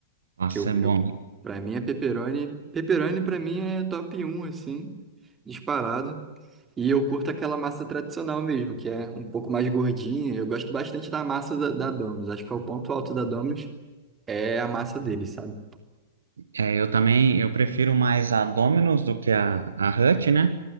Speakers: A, on the right; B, on the right.
A: Nossa,
B: que eu,
A: é bom.
B: eu para mim é pepperoni. Pepperoni para mim é top um assim, disparado. E eu curto aquela massa tradicional mesmo, que é um pouco mais gordinha. Eu gosto bastante da massa da, da Domino's. Acho que é o ponto alto da Domino's é a massa dele, sabe?
A: É, eu também, eu prefiro mais a Domino's do que a, a Hut, né?